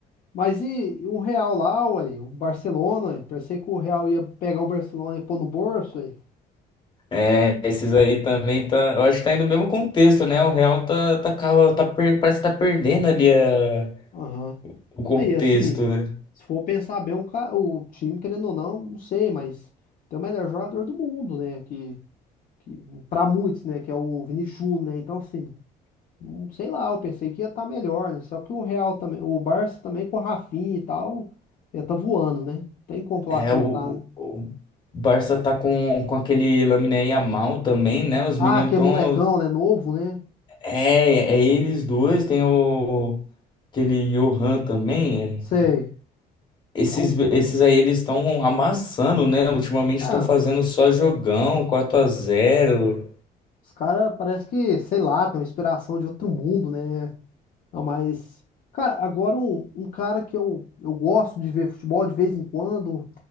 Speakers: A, on the left; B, on the left.
A: Mas e o Real lá, ué? O Barcelona, ué? Pensei que o Real ia pegar o Barcelona e pôr no bolso, ué.
B: É, esses aí também tá, eu acho que tá indo no mesmo contexto, né? O Real tá, tá, ca- tá, per- parece que tá perdendo ali a-
A: Aham.
B: o contexto,
A: Aí, assim,
B: né?
A: se for pensar bem, um ca- o time, querendo ou não, não sei, mas tem o melhor jogador do mundo, né? Que que para muitos, né, que é o Vini Júnior, né? Então assim, não sei lá, eu pensei que ia estar melhor, né? Só que o Real também, o Barça também com o Rafinha e tal, ia tá voando, né? Tem como falar
B: É,
A: que
B: o,
A: não tá, né?
B: o Barça tá com, com aquele Lamine Yamal também, né? Os
A: Ah,
B: meninos
A: que
B: estão.
A: é molecão, né? Novo, né?
B: É, é eles dois, tem o aquele Johan também.
A: Sei.
B: Esses,
A: É um-
B: esses aí eles estão amassando, né? Ultimamente
A: ah,
B: estão fazendo só jogão, quatro a zero,
A: os caras parece que, sei lá, tem uma inspiração de outro mundo, né? Não, mas, cara, agora um, um cara que eu, eu gosto de ver futebol de vez em quando.